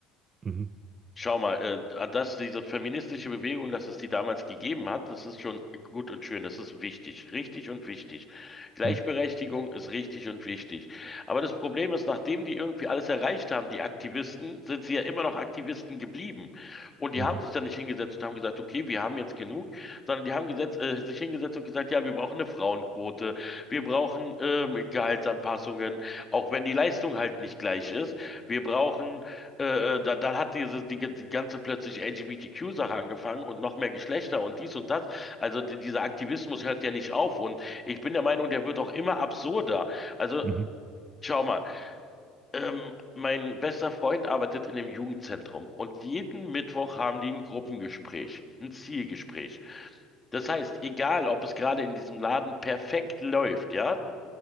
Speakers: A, on the right; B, on the left.
A: Mhm.
B: Schau mal, äh, ah, dass diese feministische Bewegung, dass es die damals gegeben hat, das ist schon gut und schön, das ist wichtig, richtig und wichtig. Gleichberechtigung
A: Ja.
B: ist richtig und wichtig. Aber das Problem ist, nachdem die irgendwie alles erreicht haben, die Aktivisten, sind sie ja immer noch Aktivisten geblieben. Und die
A: Mhm.
B: haben sich dann nicht hingesetzt und haben gesagt, okay, wir haben jetzt genug, sondern die haben gesetzt, äh, sich hingesetzt und gesagt, ja, wir brauchen eine Frauenquote, wir brauchen ähm, Gehaltsanpassungen, auch wenn die Leistung halt nicht gleich ist. Wir brauchen äh, dann, dann hat diese die, die ganze plötzlich LGBTQ-Sache angefangen und noch mehr Geschlechter und dies und das. Also die, dieser Aktivismus hört ja nicht auf und ich bin der Meinung, der wird auch immer absurder. Also
A: Mhm.
B: schau mal, ähm, mein bester Freund arbeitet in einem Jugendzentrum und jeden Mittwoch haben die ein Gruppengespräch, ein Zielgespräch. Das heißt, egal, ob es gerade in diesem Laden perfekt läuft, ja,